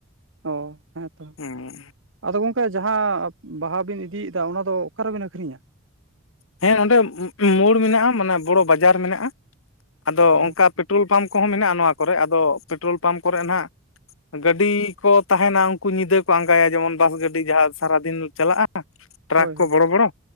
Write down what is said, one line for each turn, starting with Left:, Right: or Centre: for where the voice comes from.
Right: <inaudible>
Left: <unintelligible>
Right: ᱟᱫᱚ ᱜᱚᱢᱠᱮ ᱡᱟᱦᱟᱸ ᱵᱟᱦᱟ ᱵᱤᱱ ᱤᱫᱤᱭᱮᱫᱟ ᱚᱱᱟ ᱫᱚ ᱚᱠᱟᱨᱮᱵᱤᱱ ᱟᱹᱠᱷᱨᱤᱧᱟ?
Left: ᱦᱮᱸ, ᱱᱚᱸᱰᱮ ᱢᱳᱲ ᱢᱮᱱᱟᱜᱼᱟ ᱢᱟᱱᱮ ᱵᱚᱲᱚ ᱵᱟᱡᱟᱨ ᱢᱮᱱᱟᱜᱼᱟ ᱟᱫᱚ
Right: ᱚ
Left: ᱚᱝᱠᱟ ᱯᱮᱴᱨᱳᱞ ᱯᱟᱢᱯ ᱠᱚ ᱦᱚᱸ ᱢᱮᱱᱟᱜᱼᱟ ᱱᱚᱣᱟ ᱠᱚᱨᱮ ᱟᱫᱚ ᱯᱮᱴᱨᱳᱞ ᱯᱟᱢᱯ ᱠᱚᱨᱮ ᱱᱟᱜ, ᱜᱟᱹᱰᱤ ᱠᱚ ᱛᱟᱦᱮᱱᱟ ᱩᱱᱠᱩ ᱧᱤᱫᱟᱹ ᱠᱚ ᱟᱸᱜᱟᱭᱟ ᱡᱮᱢᱚᱱ ᱵᱟᱥ ᱜᱟᱹᱰᱤ ᱡᱟᱦᱟᱸ ᱥᱟᱨᱟᱫᱤᱱ ᱪᱟᱞᱟᱜᱼᱟ ᱾ ᱴᱨᱟᱠ
Right: ᱦᱳᱭ
Left: ᱠᱚ
Right: ᱦᱳᱭ
Left: ᱵᱚᱲᱚ ᱵᱚᱲᱚ